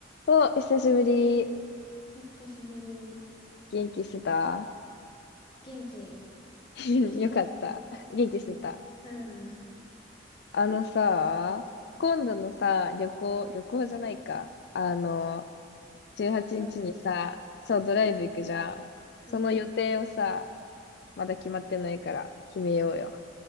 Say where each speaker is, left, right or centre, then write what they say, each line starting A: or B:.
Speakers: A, on the left; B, on the left.
A: お、久しぶり。
B: うん久しぶり。
A: 元気してた
B: 元気
A: <laughs>
B: 元気してた。
A: よかった。元気してた。
B: うん。う
A: あのさ、
B: ん
A: 今度のさ、旅行、旅行じゃないか。あの、18日にちにさ、
B: トライ。
A: そう、ドライブ行くじゃん。その予定をさ、
B: うんうん。
A: まだ決まってないから決めようよ。